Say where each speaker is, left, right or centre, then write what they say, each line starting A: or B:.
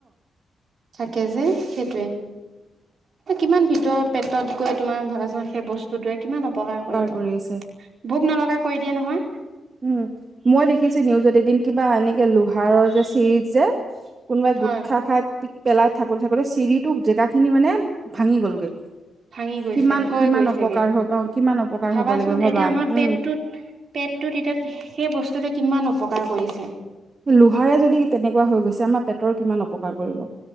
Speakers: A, on the right; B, on the right.
A: থাকে যে সেইটোৱে ইমান ভিতৰ পেটত গৈ তোমাৰ ভাবাচা সেই বস্তুটোৱে কিমান অপকাৰ কৰিব।
B: কৰি আছে
A: ভোক নলগা কৰি দিয়ে নহয়
B: উম মই দেখিছো নিউজত এদিন কিবা এনেকে লোহাৰৰ যে চিৰিজ যে কোনোবাই
A: হয়
B: গোট খা খাই পিক পেলাই থাকোতে থাকোতে চিৰিটো জেগা খিনি মানে ভাঙি গ'লগৈ
A: ভাঙি গৈছে
B: কিমান
A: কয়
B: কিমান
A: গৈছেগে।
B: অপকাৰ হ অ কিমান অপকাৰ
A: ভাবাচোন
B: হব লাগিব ভাবা
A: এতিয়া আমাৰ
B: উম।
A: পেটটোত পেটটোত এতিয়া সেই বস্তুতে কিমান অপকাৰ কৰিছে।
B: লোহাৰে যদি তেনেকুৱা হৈ গৈছে আমাৰ পেটৰ কিমান অপকাৰ কৰিব।